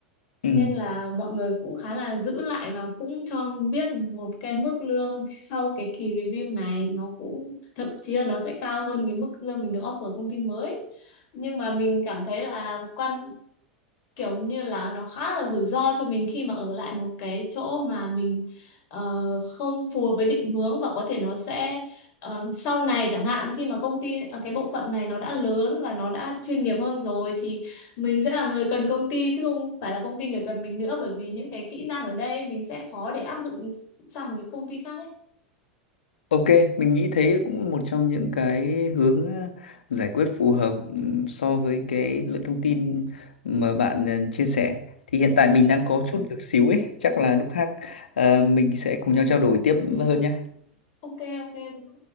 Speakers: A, on the left; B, on the left.
A: Ừ.
B: nên là mọi người cũng khá là giữ lại và cũng cho biết một cái mức lương sau cái kỳ review này nó cũng thậm chí là nó sẽ cao hơn cái mức lương mình được offer công ty mới nhưng mà mình cảm thấy là quan kiểu như là nó khá là rủi ro cho mình khi mà ở lại một cái chỗ mà mình ờ, không phù hợp với định hướng và có thể nó sẽ ờ, sau này chẳng hạn khi mà công ty ờ, cái bộ phận này nó đã lớn và nó đã chuyên nghiệp hơn rồi thì mình sẽ là người cần công ty chứ không phải là công ty người cần mình nữa bởi vì những cái kỹ năng ở đây mình sẽ khó để áp dụng sang một cái công ty khác ấy.
A: Ok, mình nghĩ thế cũng một trong những cái hướng ờ, giải quyết phù hợp ừm, so với cái lượng thông tin mà bạn ờ, chia sẻ. Thì hiện tại
B: Ừ,
A: mình đang có chút việc xíu ấy, chắc là lúc khác ờ, mình sẽ cùng nhau trao đổi tiếp hơn nhé.
B: Ok ok ok.